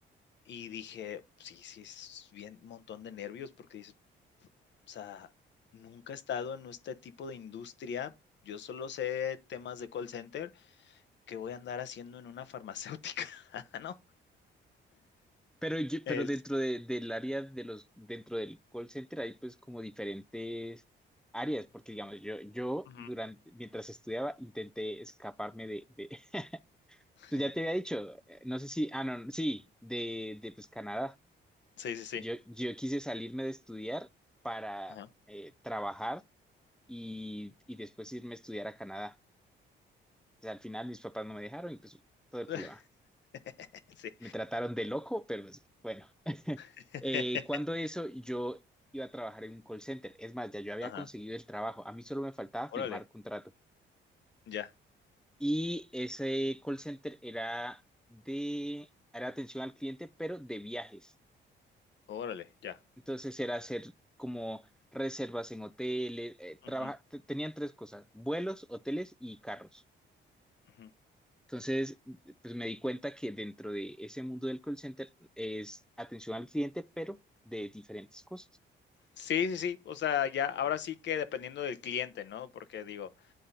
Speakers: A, on the left; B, in the centre.
A: y dije, sí, sí, es bien un montón de nervios porque dices, o sea, nunca he estado en este tipo de industria. Yo solo sé temas de call center que voy a andar haciendo en una farmacéutica, <laughs> ¿no?
B: Pero yo,
A: Es,
B: pero dentro de- del área de los, dentro del call center hay pues como diferentes áreas, porque digamos, yo, yo
A: ujú.
B: durante, mientras estudiaba intenté escaparme de, de, <laughs>
A: <laughs>
B: tú ya te había dicho, eh, no sé si, ah, no, sí, de, de pues Canadá.
A: Sí, sí, sí.
B: Yo, yo quise salirme de estudiar para
A: Ajá.
B: eh, trabajar y, y después irme a estudiar a Canadá. Pues al final mis papás no me dejaron y pues todo el
A: <laughs>
B: problema.
A: Sí.
B: me trataron de loco, pero pues, bueno. <laughs>
A: <laughs>
B: Eh, cuando eso, yo iba a trabajar en un call center. Es más, ya yo había
A: Ajá.
B: conseguido el trabajo. A mí solo me faltaba
A: Órale,
B: firmar contrato.
A: ya.
B: Y ese call center era de, era atención al cliente, pero de viajes.
A: Órale, ya.
B: Entonces era hacer como reservas en hoteles. eh,
A: Ujú,
B: traba- te- tenían tres cosas, vuelos, hoteles y carros.
A: ujú.
B: Entonces, pues me di cuenta que dentro de ese mundo del call center es atención al cliente, pero de diferentes cosas.
A: Sí, sí, sí. O sea, ya ahora sí que dependiendo del cliente, ¿no? Porque digo,